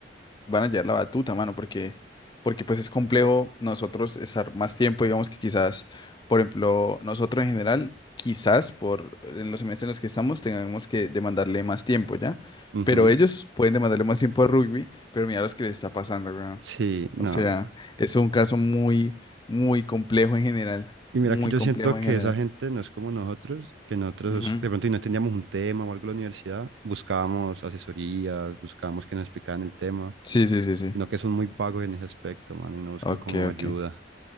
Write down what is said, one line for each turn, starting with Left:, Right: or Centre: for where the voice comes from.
Left: van a llevar la batuta, mano, porque, porque pues es complejo nosotros estar más tiempo, digamos que quizás, por ejemplo, nosotros en general, quizás por en los semestres en los que estamos tengamos que demandarle más tiempo, ¿ya?
Right: ujú.
Left: Pero ellos pueden demandarle más tiempo a rugby, pero mira los que les está pasando, weón.
Right: Sí, no.
Left: O sea, es un caso muy, muy complejo en general,
Right: Y mira
Left: muy
Right: que yo
Left: complejo
Right: siento que
Left: en general.
Right: esa gente no es como nosotros, que nosotros
Left: Ujú.
Right: de pronto y no teníamos un tema o algo en la universidad, buscábamos asesorías, buscábamos que nos explicaran el tema
Left: Sí, sí, sí, sí.
Right: sino que son muy vagos en ese aspecto, mano, y no buscan
Left: Ok,
Right: como ayuda.
Left: ok.